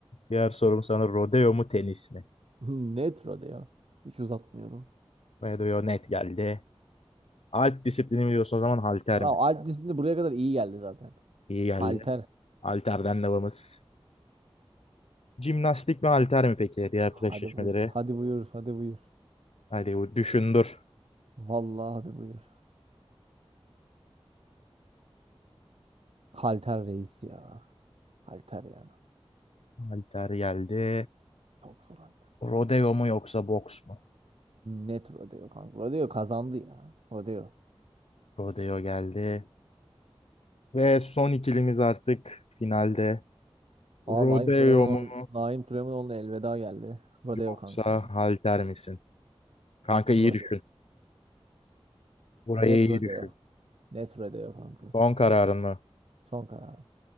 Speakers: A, on the left (about 80°); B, on the right (about 80°).
A: Diğer sorum sana rodeo mu tenis mi?
B: Netro ya Hiç uzatmıyorum.
A: Rodeo net geldi. Alp disiplini biliyorsun o zaman halter
B: Aa,
A: mi?
B: alt disiplini buraya kadar iyi geldi zaten.
A: İyi geldi.
B: Halter.
A: Halterden devamız. Jimnastik mi halter mi peki? Diğer
B: Hadi
A: eşleşmeleri.
B: buyur. Hadi buyur. Hadi buyur.
A: Hadi bu düşündür.
B: Vallahi hadi buyur. Halter reis ya. Halter ya.
A: Halter geldi.
B: Çok zor halter.
A: Rodeo mu yoksa boks mu?
B: Net Rodeo kanka. Rodeo kazandı ya. Rodeo.
A: Rodeo geldi. Ve son ikilimiz artık finalde.
B: Aa,
A: Rodeo
B: Naim Süleymanoğlu,
A: mu
B: Naim Süleymanoğlu'na elveda geldi. Rodeo
A: yoksa
B: kanka yani.
A: halter misin? Kanka iyi
B: Rodeo.
A: düşün. Burayı
B: Net
A: iyi
B: Rodeo.
A: düşün.
B: Net Rodeo kanka.
A: Son kararın mı?
B: Son karar.